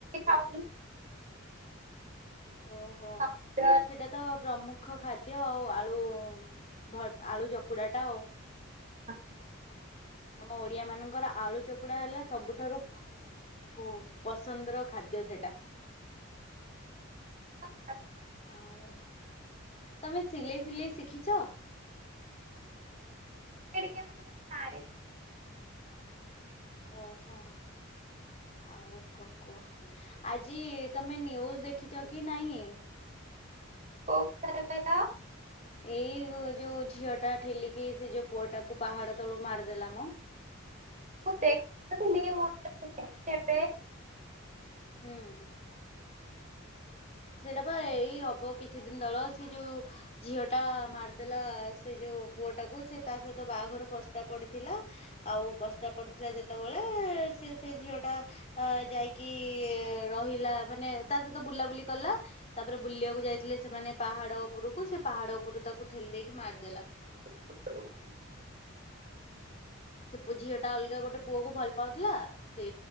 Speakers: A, on the right; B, on the left.
A: ଖାଉ
B: ଓହୋ
A: ସମସ୍ତେ
B: ସେଇଟା ତ ପ୍ରମୁଖ ଖାଦ୍ୟ ଆଉ ଆଳୁ ଭ ଆଳୁ ଚକୁଡ଼ାଟା ଆଉ।
A: <unintelligible>
B: ଆମ ଓଡିଆ ମାନଙ୍କର ଆଳୁ ଚକୁଡା ହେଲା ସବୁଠାରୁ ବ ପସନ୍ଦର ଖାଦ୍ୟ ସେଟା।
A: ଖାଇବା
B: ଆଉ ତମେ ସିଲେଇ ଫିଲେଇ ଶିଖିଛ।
A: ଟିକେ ଟିକେ ମାରେ।
B: ଓହୋ। ଆଉ କଣ କୁହ ଆଜି ତମେ ନ୍ୟୁଜ୍ ଦେଖିଛ କି ନାଇଁ?
A: <unintelligible>
B: ଏଇ ଯୋଉ ଝିଅ ଟା ଠେଲିକି ସେ ଯୋଉ ପୁଅ ଟାକୁ ପାହାଡ ତଳୁ ମାରିଦେଲା ମ।
A: ମୁଁ ଦେଖିନଥିଲି ମୋ <inaudible> କେବେ।
B: ହୁଁ। ସେଇଟା ବା ଏଇ ହବ କିଛି ଦିନ ତଳ ସେ ଯୋଉ ଝିଅ ଟା ମାରିଦେଲା ସେ ଯୋଉ ପୁଅଟାକୁ ସେ ତା ସହିତ ବାହାଘର ପସ୍ତା ପଡିଥିଲା। ଆଉ ପସ୍ତା ପଡିଥିଲା ଯେତେବେଳେ ସେ ସେ ଝିଅ ଟା ଅ ଯାଇକି ରହିଲା ମାନେ ତା ସହିତ ବୁଲାବୁଲି କଲା। ତାପରେ ବୁଲିବାକୁ ଯାଇଥିଲେ ସେମାନେ ପାହାଡ଼ ଉପରକୁ ସେ ପାହାଡ଼ ଉପରୁ ତାକୁ ଠେଲି ଦେଇକି ମାରିଦେଲା।
A: <inaudible>
B: ସେ ପୁ ଝିଅ ଟା ଅଲଗା ଗୋଟେ ପୁଅ କୁ ଭଲ ପାଉଥିଲା ସେ